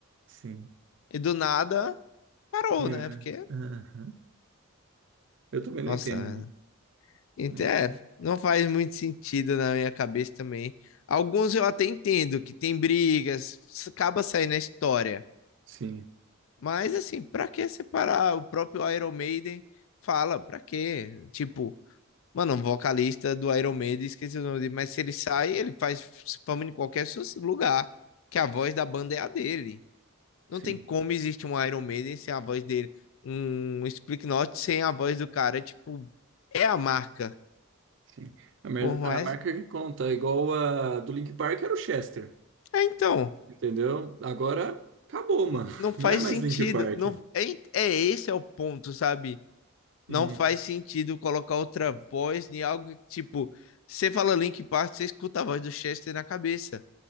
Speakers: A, on the right; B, on the left.
A: Sim,
B: E do nada parou,
A: sumiu,
B: né?
A: né?
B: Porque
A: Aham. Eu também não
B: Nossa,
A: entendo, né?
B: então
A: Não entendo.
B: é, não faz muito sentido na minha cabeça também. Alguns eu até entendo que tem brigas, s- acaba saindo a história.
A: Sim,
B: Mas assim, pra que separar? O próprio Iron Maiden fala, pra quê? Tipo, mano, o vocalista do Iron Maiden, esqueci o nome dele, mas se ele sai, ele faz fama em qualquer su- lugar, que a voz da banda é a dele. Não
A: sim,
B: tem como existir um Iron Maiden sem a voz dele, um Slipknot sem a voz do cara, tipo, é a marca.
A: sim. A, mer-
B: Por mais
A: a marca que conta, igual a do Link Park era o Chester,
B: É, então,
A: entendeu? Agora acabou, mano.
B: n-
A: <laughs>
B: não faz
A: Não é mais
B: sentido.
A: Link Park,
B: Não, é, é esse é o ponto, sabe? Não
A: Hum.
B: faz sentido colocar outra voz em algo que, tipo, você fala Link Park, você escuta a voz do Chester na cabeça.